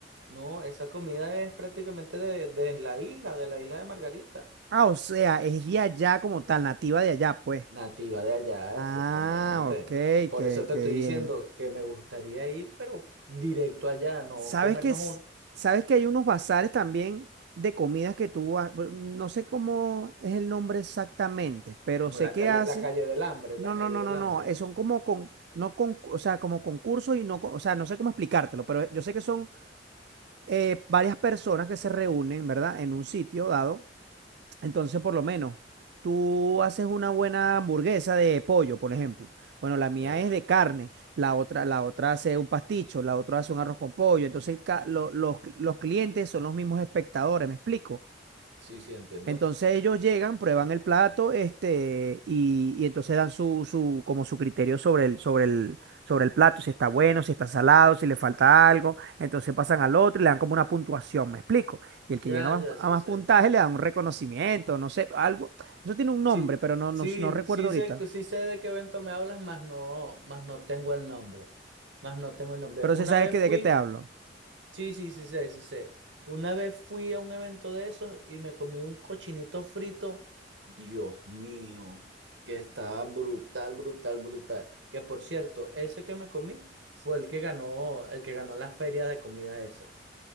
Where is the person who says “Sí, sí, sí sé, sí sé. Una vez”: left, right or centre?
Right